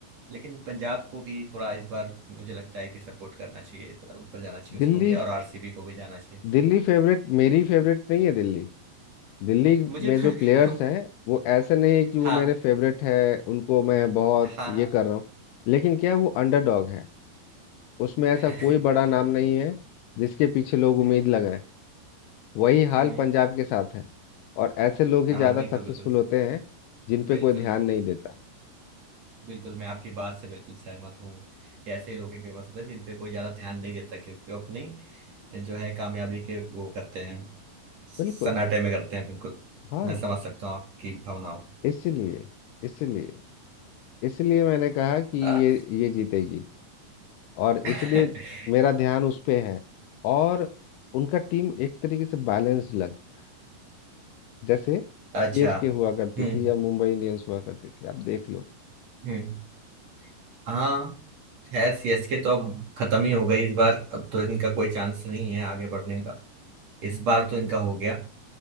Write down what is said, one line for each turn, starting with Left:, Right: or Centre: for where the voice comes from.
Right: लेकिन पंजाब को भी थोड़ा इस बार मुझे लगता है कि सपोर्ट करना चाहिए इस बार ऊपर जाना चाहिए उसको
Left: दिल्ली
Right: भी और आरसीबी को भी जाना चाहिए
Left: दिल्ली फेवरेट मेरी फेवरेट नहीं है दिल्ली दिल्ली
Right: मुझे
Left: में जो
Right: <laughs>
Left: प्लेयर्स हैं वो ऐसे नहीं है कि
Right: हाँ
Left: वो मेरे फेवरेट है उनको मैं बहुत
Right: हाँ हाँ
Left: ये कर रहा हूँ लेकिन क्या है, वो अंडरडॉग है उसमें ऐसा
Right: <laughs>
Left: कोई बड़ा नाम नहीं है जिसके पीछे लोग उम्मीद
Right: हम्म
Left: लगाएं वही
Right: हम्म
Left: हाल
Right: हम्म।
Left: पंजाब के साथ है और ऐसे लोग ही
Right: हाँ
Left: ज्यादा
Right: बिल्कुल
Left: सक्सेसफुल
Right: बिल्कुल
Left: होते हैं जिन पे
Right: बिल्कुल
Left: कोई ध्यान नहीं देता
Right: बिल्कुल मैं आपकी बात से बिल्कुल सहमत हूँ कि ऐसे लोग ही फेमस होते हैं जिन पे कोई ज्यादा ध्यान नहीं देता क्योंकि वो अपनी जो है कामयाबी के वो करते हैं सन्नाटे
Left: बिल्कुल
Right: में करते हैं बिल्कुल
Left: हाँ
Right: मैं समझ सकता हूँ आपकी भावनाओं को
Left: इसीलिए इसीलिए इसलिए मैंने कहा कि ये
Right: आ,
Left: ये जीतेगी और
Right: <laughs>
Left: इसलिए मेरा ध्यान उस पे है और उनका टीम एक तरीके से बैलेंस्ड लगता है जैसे
Right: अच्छा
Left: सीएसके हुआ करती
Right: हम्म
Left: थी या मुंबई इंडियंस हुआ करती थी आप देख लो
Right: हम्म हाँ है सीएसके तो अब खत्म ही हो गई इस बार अब तो इनका कोई चांस नहीं है आगे बढ़ने का इस बार तो इनका हो गया